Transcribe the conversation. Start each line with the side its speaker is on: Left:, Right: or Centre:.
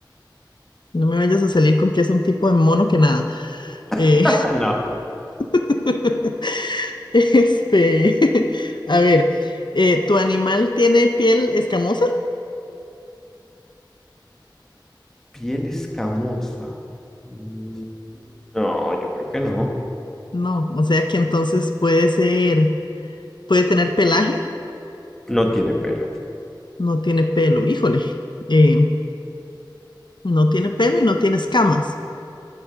Left: me vayas a salir con que es un tipo de mono que nada. Eh,
Centre: <laughs> No.
Left: <laughs> este, <laughs> a ver, eh, ¿tu animal tiene piel escamosa?
Centre: Piel escamosa. Mm, No, yo creo que no.
Left: No, o sea que entonces puede ser, puede tener pelaje,
Centre: No tiene pelo.
Left: no tiene pelo, híjole, eh, no tiene pelo y no tiene escamas.